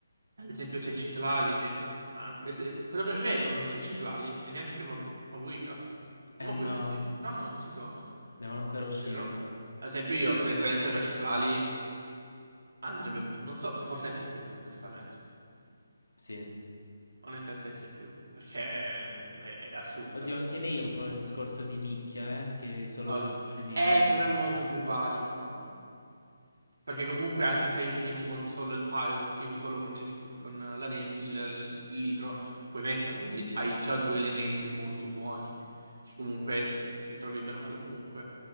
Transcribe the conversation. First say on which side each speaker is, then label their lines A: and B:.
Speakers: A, on the right (about 55°); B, on the left (about 75°).
A: ad esempio c'è Citlali che... ah, è- è- quello che è vero, non c'è Citlali e neanche Mavu- Mavuika. O
B: Eh
A: Mavuika
B: no,
A: sì. No, no, non ci sono.
B: devono ancora uscire
A: Vero?
B: loro.
A: Ad esempio io, onestamente, una Citlali andrebbe... Non so, forse S più, onestamente.
B: Sì.
A: Onestamente S più, perché mm, è, è assurda.
B: Oddio, anche lei è un po' il discorso di nicchia, eh, che è solo
A: Oh,
B: due, due elementi.
A: eh, però è molto più vario, però. Perché comunque anche se hai un team con solo il Pyro, un team solo con, il- con la Nemo, il- l'Hydro, puoi metterlo, quindi hai già due elementi molto buoni, che comunque li trovi bene o male ovunque.